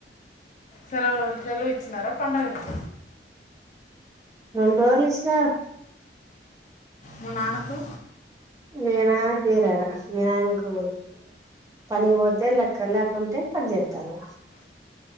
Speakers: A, on the left; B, on the right.
A: సలవు సలవుచ్చినారా పండగకి
B: రెండురోజులు ఇచ్చినారు
A: మా నాన్న కు
B: మీ నయనకి ఇయ్యారు యాడ మీ నయనాకు పనికి పోతే లెక్క లేకుంటే పని చేస్తారు